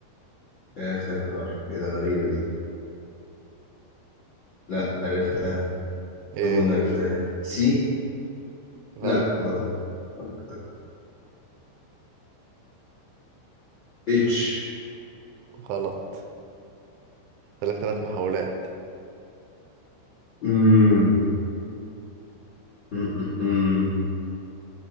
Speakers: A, on the left (about 55°); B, on the right (about 80°).
A: اخر حرف ايه ده غريبة دي لا عرفتها
B: ايه
A: اظن عرفتها سي
B: غلط
A: لا غلط غلط اتش
B: غلط لك ثلاث محاولات
A: امم امم أمم.